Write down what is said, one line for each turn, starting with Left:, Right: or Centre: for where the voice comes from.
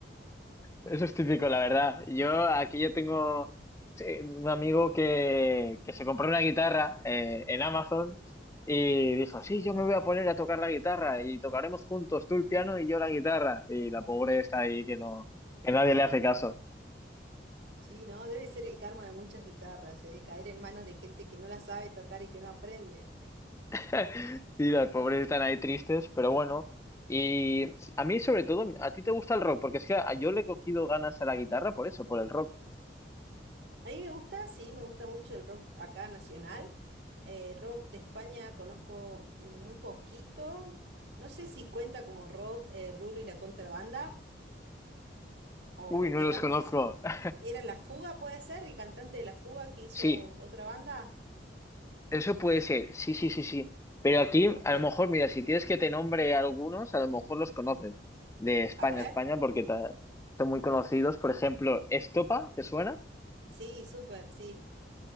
Left: Eso es típico, la verdad. Yo aquí yo tengo sí, un amigo que, que se compró una guitarra eh, en Amazon y dijo, sí, yo me voy a poner a tocar la guitarra y tocaremos juntos, tú el piano y yo la guitarra. Y la pobre está ahí que no, que nadie le hace caso.
Right: Sí, ¿no? Debe ser el karma de muchas guitarras, ¿eh? Caer en manos de gente que no la sabe tocar y que no aprende.
Left: <laughs> Y las pobres están ahí tristes, pero bueno. Y a mí sobre todo, a ti te gusta el rock, porque es que a- yo le he cogido ganas a la guitarra por eso, por el rock.
Right: A mí me gusta, sí, me gusta mucho el rock acá nacional. Eh, rock de España conozco mm, muy poquito. No sé si cuenta como rock eh, Rulo y la Contrabanda, o
Left: Uy, no
Right: que
Left: los
Right: antes
Left: conozco. <laughs>
Right: era La Fuga, puede ser, el cantante de La Fuga que hizo
Left: Sí.
Right: otra banda.
Left: Eso puede ser, sí, sí, sí, sí. Pero aquí,
Right: Ok,
Left: a lo mejor, mira, si quieres que te nombre algunos, a lo mejor los conoces de España,
Right: a ver.
Left: España, porque ta- son muy conocidos. Por ejemplo, Estopa, ¿te suena?
Right: Sí, súper, sí.